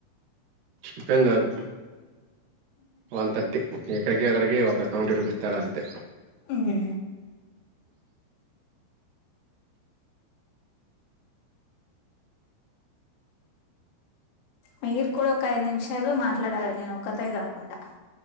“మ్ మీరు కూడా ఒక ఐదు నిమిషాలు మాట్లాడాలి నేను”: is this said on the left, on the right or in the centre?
Left